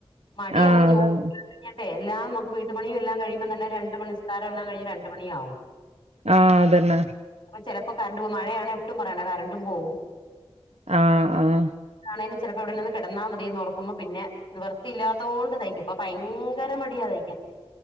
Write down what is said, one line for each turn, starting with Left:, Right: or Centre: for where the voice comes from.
Left: മടി
Right: ആഹ്
Left: നമുക്ക് ജോലിയൊന്നു
Right: അതെ അതെ
Left: ചെയ്യാൻ എല്ല നമുക്ക് വീട്ടുപണിയ എല്ലാം കഴിയുമ്പോ തന്നെ രണ്ട മണി നിസ്കാരം എല്ലാം കഴിഞ്ഞഞ് രണ്ട മണിയവും
Right: ആഹ് അതന്നെ
Left: അപ്പ ചിലപ്പോ കറണ്ട് പോവും മഴയാണ് ഒട്ടും പറയണ്ട കറണ്ടും പോവും
Right: ആഹ ആഹ
Left: ആണേലും ചിലപ്പോ എവിടെലൊന്ന് കിടന്നാ മതിയന്നോർക്കുമ്പോ പിന്നെ നിവർത്തിയില്ലാത്തത കൊണ്ട് തയ്ക്കും ഇപ്പൊ ഭയങ്കര മടിയാ തയ്ക്കാൻ